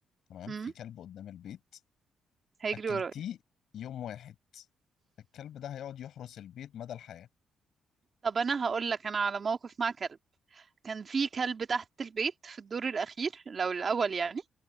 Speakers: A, on the left; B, on the right.
A: تمام
B: امم
A: في كلب قدام البيت
B: هيجري
A: اكلتيه
B: ورايا
A: يوم واحد الكلب ده هيقعد يحرس البيت مدى الحياة
B: طب انا هقول لك انا على موقف مع كلب كان في كلب تحت البيت في الدور الاخير لو الاول يعني